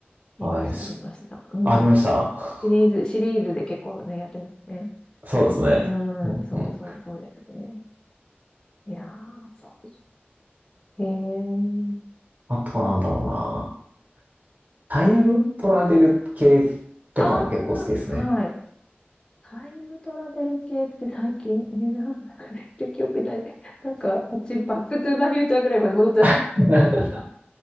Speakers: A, on the left (about 20°); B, on the right (about 40°).
A: 見ました、
B: はい。す
A: 見ました。うん。
B: あ、見ました
A: シリーズ、シリーズで結構ね、やってますね。
B: <laughs> そうですね。
A: うん、
B: うんうん。
A: そうそう、そうですね。いやー、そうへえ。
B: あとはなんだろうな。タイムトラベル系とかも結構好きですね。
A: ああ、はい。タイムトラベル系って最近、えー、なて記憶ない。なんか、あっち、バックトゥーザフューチャーぐらいまで戻っちゃ
B: <laughs> ド